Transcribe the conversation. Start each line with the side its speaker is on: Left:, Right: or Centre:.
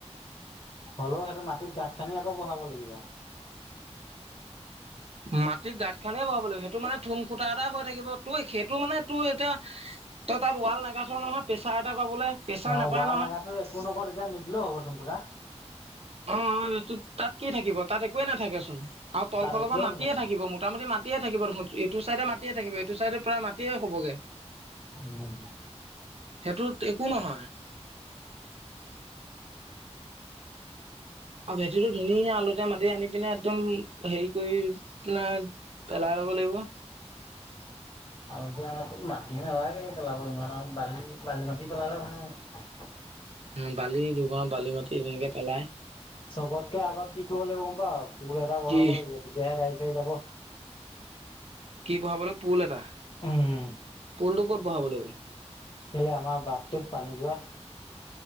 Left: হ'লেও সেইটো মাটিত গাঁত খানি আকৌ বহাব লাগিব
Right: মাটিত গাঁত খালে বহাব লাগিব সেইটো মানে থুম খুটা এটা হৈ থাকিব তোৰ সেইটো মানে তোৰ এতিয়া ত তাত ৱাল নাগাখৰ নহয় প্ৰেছাৰ এটা পাবলৈ প্ৰেচাৰ
Left: অ
Right: নাপায়
Left: ৱাল
Right: নহয়
Left: নাগাটো
Right: উ
Left: একো নকওঁ তেতিয়া নিদিলেও হ'ব থুনকুটা
Right: অ তাত কি থাকিব তাত একোৱে নাথাকেচোন আৰু তল
Left: তাত
Right: ফালৰ
Left: একোৱে
Right: পৰা মাতিয়ে
Left: নাথাকে
Right: থাকিব মোটামুটি ম মাটয়ে থাকিব এইটো চাইডে মাটিয়ে থাকিব এইটো চাইডে প্ৰায় মাটিয়ে হ'বগে
Left: উম
Right: সেইটো একো নহয় <unintelligible> অ ভেটিতো ধুনীয়া আলুতে মত আনি পিনে একদম হেৰি কৰি পিনে পেলাই ল'ব লাগিব। <unintelligible>
Left: আৰু এতিয়া আমাৰো মাটি নালাগে পেলাব ইমান আৰু বালি বালি মাটি পেলালে হয় আও
Right: অ বালি দুগাও বালি মাটি তেনেকে পেলাই
Left: চবতকে আগত কি কৰিব লাগিব গম পাৱ পুল এটা বহাব
Right: কি
Left: লাগিব তেতিয়াহে গাড়ী চাৰি যাব
Right: কি বহাব লে পুল এটা
Left: উম
Right: পুলটো ক'ত বহাব লাগিব
Left: কেলে আমাৰ বাটটোত পানী যোৱা